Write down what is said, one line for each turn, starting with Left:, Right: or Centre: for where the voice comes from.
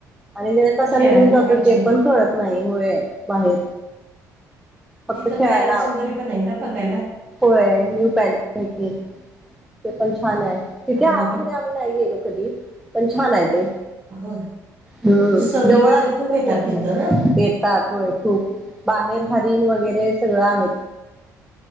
Centre: आणि वेळ कसा
Right: खेळायला
Centre: निघून जातोय
Right: पाहिजे
Centre: ते पण कळत नाही होय बाहेर फक्त
Right: तिथं
Centre: खेळायला
Right: पॅलेस वगैरे पण आहे ना बघायला
Centre: होय न्यू पॅलेस आहे ते पण छान आहे तिथे
Right: हो
Centre: हातमध्ये
Right: ना
Centre: मी नाही गेलो कधी पण छान आहेत
Right: हो
Centre: हम्म
Right: सहली
Centre: जवळ
Right: वगैरे
Centre: असते
Right: खूप
Centre: ना
Right: येतात
Centre: होत
Right: तिथं
Centre: नाही,
Right: ना
Centre: तेच तर. खूप बाहेर हरीण वगैरे सगळं आहेत.